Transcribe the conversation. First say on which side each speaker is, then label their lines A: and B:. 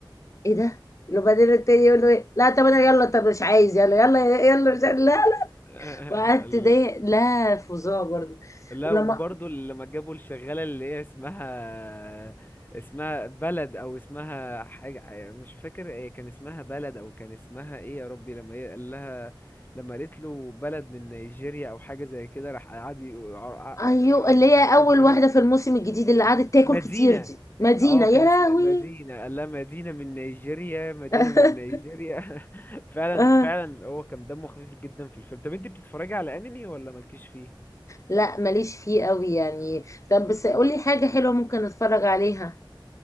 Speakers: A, on the left; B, on the left.
A: إيه ده وبعدين التاني يقول له إيه؟ لا طب انا يلا طب مش عايز يلا يلا يلا مش عايز لا
B: <laughs>
A: وقعدت ضايق لا فظاع برضو
B: لا
A: ولما
B: وبرضه لما جابوا الشغالة اللي هي اسمها اسمها بلد او اسمها حاجة مش فاكر هي كان اسمها بلد او كان اسمها ايه يا ربي لما هي قال لها لما قالت له بلد من نيجيريا او حاجة زي كده راح قعد يقول- راح
A: ايوه
B: قعد
A: اللي هي
B: مصطفى
A: اول
B: غريب
A: واحده في الموسم الجديد اللي قعدت تاكل
B: مدينة
A: كتير دي مدينه
B: اه
A: يا
B: كان اسمها
A: لهوي
B: مدينة قال لها مدينة من نيجيريا مدينة
A: <laughs>
B: من نيجيريا <laughs> فعلا
A: آه.
B: فعلا هو كان دمه خفيف جدا في الفيلم طب انت بتتفرجي على انمي ولا مالكيش فيه؟
A: لا ماليش فيه قوي يعني طب بس قولي حاجه حلوه ممكن اتفرج عليها